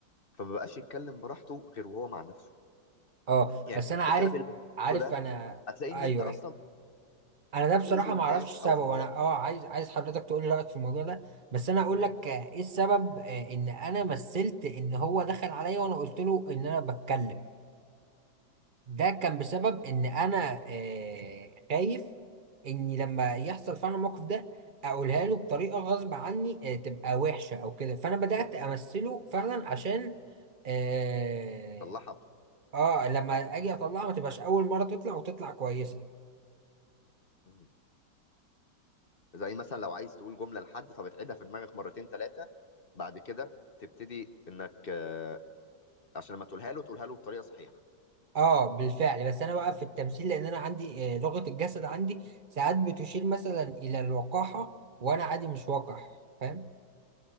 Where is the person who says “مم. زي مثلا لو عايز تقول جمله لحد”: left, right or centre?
Left